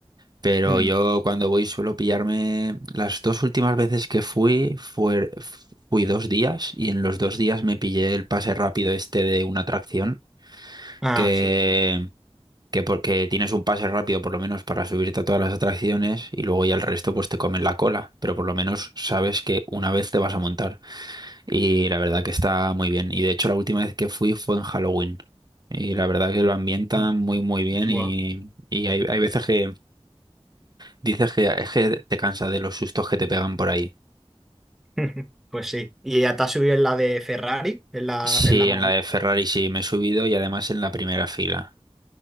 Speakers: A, on the right; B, in the centre.
A: Pero
B: Mm.
A: yo cuando voy suelo pillarme... Las dos últimas veces que fui, fue... fui dos días y en los dos días me pillé el pase rápido este de una atracción.
B: Ah,
A: que
B: sí.
A: que porque tienes un pase rápido por lo menos para subirte a todas las atracciones y luego ya el resto pues te comen la cola, pero por lo menos sabes que una vez te vas a montar y la verdad que está muy bien y de hecho la última vez que fui fue en Halloween y la verdad que lo ambientan
B: Mm.
A: muy muy bien
B: Guau.
A: y, y hay, hay veces que dices que es que te cansa de los sustos que te pegan por ahí.
B: <laughs> Pues sí. ¿Y hasta has subido en la de Ferrari? En la,
A: Sí,
B: en la más-
A: en la de Ferrari sí me he subido y además en la primera fila